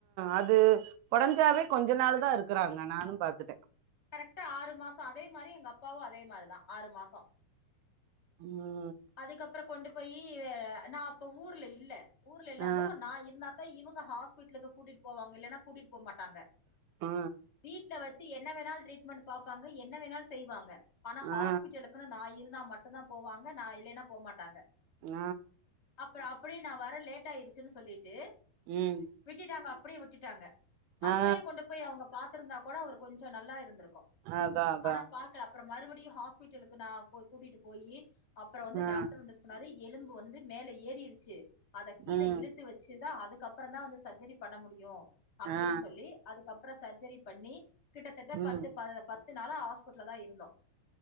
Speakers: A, on the right; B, on the left.
A: அது ஒடஞ்சாவே கொஞ்ச நாளு தா இருக்குறாங்க நானு பாத்துட்டே
B: கரெக்ட்டா ஆறு மாசோ அதே மாதிரி எங்க அப்பாவு அதே மாரிதா ஆறு மாசோ
A: ம்
B: அதுக்கப்றோ கொண்டு போயி நா அப்ப ஊர்ல இல்ல ஊர்ல இல்லாங்கோ
A: ஆ
B: நா இருந்தா‌ தா இவங்க ஹாஸ்பிட்லுக்கு கூட்டிட்டு போவாங்க இல்லன்னா கூட்டிட்டு போ மாட்டாங்க
A: அ
B: வீட்ல வச்சு என்ன வேணாலு ட்ரீட்மெண்ட் பாப்பாங்க என்ன வேணாலு செய்வாங்க ஆனா ஹாஸ்பிட்டலு
A: ஆ
B: க்குனு நா இருந்தா மட்டுதா போவாங்க நா இல்லேன்னா போமாட்டாங்க
A: அ
B: அப்றோ அப்டியே நா வர லேட் ஆயிருச்சுன்னு சொல்லிட்டு
A: ம்
B: விட்டுட்டாங்க அப்டியே விட்டுட்டாங்க அப்பயே
A: ஆ
B: கொண்டு போய் அவுங்க பாத்ருந்தா கூட அவர் கொஞ்சோ நல்லா இருந்ருக்கு
A: அதா அதா
B: ஆனா பாக்கல அப்றோ மறுபடியு ஹாஸ்பிட்டலுக்கு நா போய் கூட்டிட்டு போய்யி அப்றோ வந்து
A: ஆ
B: டாக்டர் வந்து சொன்னாரு எலும்பு வந்து மேல ஏறிருச்சு அத கீழே
A: ம்
B: இழுத்து வச்சுதா அதுக்கப்றோ தா வந்து சர்ஜரி பண்ண முடியு அப்படின்னு
A: ஆ
B: சொல்லி அதுக்கப்றோ சர்ஜரி பண்ணி கிட்டத்தட்ட
A: ம்
B: பத்து ப பத்து ஹாஸ்பிட்ல தா இருந்தோ